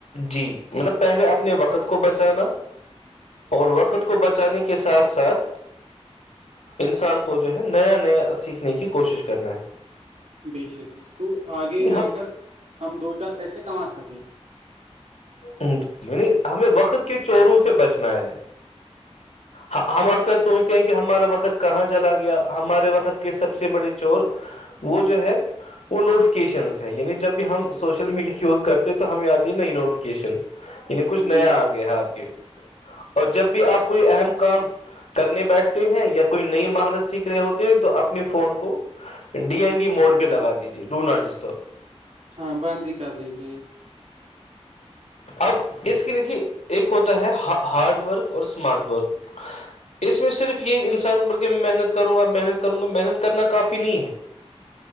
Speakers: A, on the left; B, on the right.
A: جی مطلب پہلے اپنے وقت کو بچانا اور وقت کو بچانے کے ساتھ ساتھ انسان کو جو ہے نیا نیا سیکھنے کی کوشش کرنا ہے
B: بےشک جس کو آگے
A: ہم
B: لے کر ہم دو چار پیسے کما سکیں
A: ی ہمیں وقت کے چوروں سے بچنا ہے ہاں ہم اکثر سوچ کہ ہمارا وقت کہاں چلا گیا ہمارے وقت کے سب سے بڑے چور وہ جو ہے وہ نوٹیفکیشن ہے یعنی جب بھی ہم سوشل میڈیا یوز کرتے ہیں تو ہمیں آتی ہے نئی نوٹیف کین یعنی کچھ نیا
B: بے شک
A: آ گیا ہے آپ کے اور جب بھی آپ کوئی اہم کام کرنے بیٹھتے ہیں یا کوئی نئی مہارت سیکھ رہے ہوتے ہیں تو اپنی فون کو ڈی این ڈی موڈ پہ لگا دیجے ڈو ناٹ ڈسٹرب
B: ہاں بند ہی کر دیجیے
A: اب اس کے لیے ایک ہوتا ہے ہارڈ ورک اور اسمارٹ ورک اس میں صرف یہ انسان بلکہ محنت کروں گا محنت کروں گا محنت کرنا کافی نہیں ہے